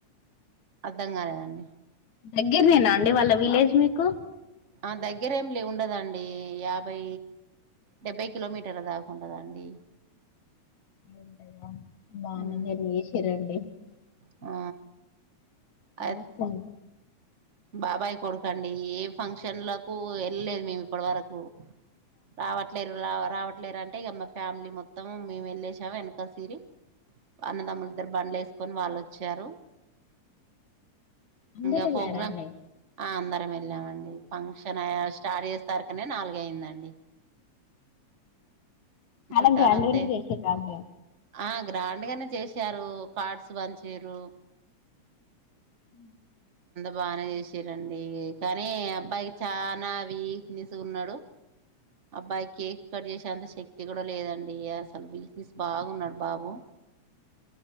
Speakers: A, on the right; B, on the left.
A: అర్ధం కాలేదండి
B: దగ్గర నేనా అండి వాళ్ళ విలేజ్ మీకు
A: ఆ దగ్గరేమి లే ఉండదండి యాభై డెబ్బై కిలోమీటర్ల దాకా ఉంటదండి
B: ంట బన
A: ఉమ్,
B: చెరి శరడి <unintelligible>
A: ఆ అయి-
B: అసం <unintelligible>
A: బాబాయ్ కొడుకండి ఏ ఫంక్షన్ ఫంక్షన్లకు వెళ్ళలేదు మేము ఇప్పటి వరకు రావట్లేరు రా రావట్ లేరంటే ఇక మా ఫ్యామిలీ మొత్తం మేము వెళ్లేసాము వెనకల సిరి అన్నదమ్ములిద్దరు బండ్లు వేసుకొని వాళ్ళోచ్చారు
B: అందరు
A: అ
B: వెళ్ళారా
A: పోగ్రామ్
B: అండి
A: ఆ అందా వెళ్ళామండి ఫంక్షన్ స్టార్ట్ చేసే సరకనే నాలుగ అయిందండి
B: చాలా
A: చుట్టాలు
B: గ్రాండ్
A: అంతే
B: గానే చేసిరండి
A: ఆ గ్రాండ్గానే చేసారు కార్డ్స్ పంచిరు
B: అ
A: బాగానే చేసిరండి కానీ అబ్బాయి చానా వీక్ నెస్ గ ఉన్నాడు అబ్బాయి కేక్ కట్ చేసే అంత శ తిగడం లేదండి అసలు విీక్నెస్ బాగున్నాడు బాబు